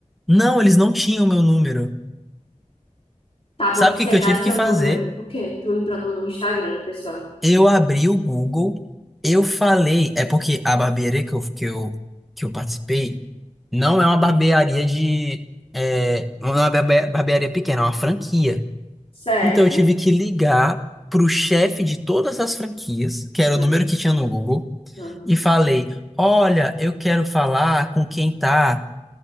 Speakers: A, in the centre; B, on the left.
A: Não, eles não tinham meu número.
B: Tá bom
A: Sabe
B: de
A: o
B: você
A: que que eu
B: dar
A: tive
B: seu
A: que fazer?
B: número. O quê? Tu entrou no Instagram do pessoal.
A: Eu abri o Google, eu falei. É porque a barbearia que eu, que eu, que eu participei não é uma barbearia de. É, não é uma barbe- barbearia pequena, é uma franquia.
B: Certo.
A: Então eu tive que ligar pro chefe de todas as franquias, que era
B: Não,
A: o número que tinha no Google,
B: pelo amor
A: e
B: de
A: falei:
B: Deus.
A: Olha, eu quero falar com quem tá.